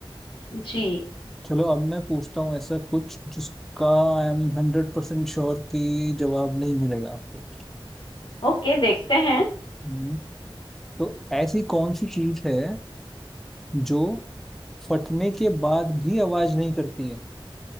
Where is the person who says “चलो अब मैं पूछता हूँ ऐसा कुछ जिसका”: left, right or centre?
Centre